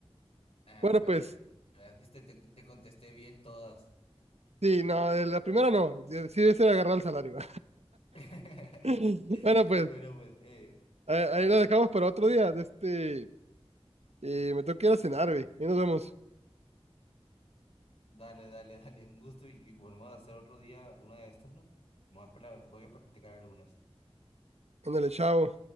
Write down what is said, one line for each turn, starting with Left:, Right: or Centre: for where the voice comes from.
Left: Ah,
Right: Bueno,
Left: para
Right: pues,
Left: que veas, viste, te, te contesté bien todas.
Right: sí, no, eh, la primera no, eh, sí es el agarrar el salario.
Left: <laughs>
Right: <laughs> Bueno, pues,
Left: Bueno, pues, eh,
Right: ahí
Left: eh,
Right: ahí lo dejamos para otro día. de Este, eh, me tengo que ir a cenar, güey. Ahí nos vemos.
Left: dale, dale, dale, un gusto y, y volvemos a hacer otro día una de estas, ¿no? Voy a pra- voy a practicar algunas.
Right: Ándale, chao.